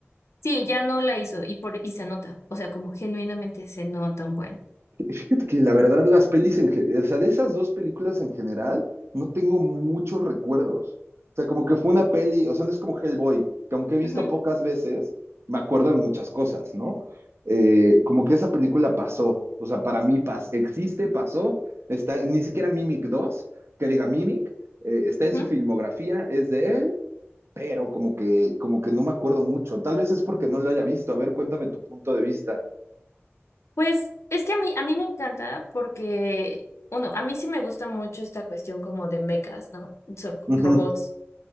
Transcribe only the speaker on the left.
Sí, ya no la hizo, y por, y se nota, o sea, como genuinamente se nota un buen.
Ujú,
ujú.
Pues es que a mí, a mí me encanta porque, uno, a mí sí me gusta mucho esta cuestión como de mechas, ¿no? Son
robots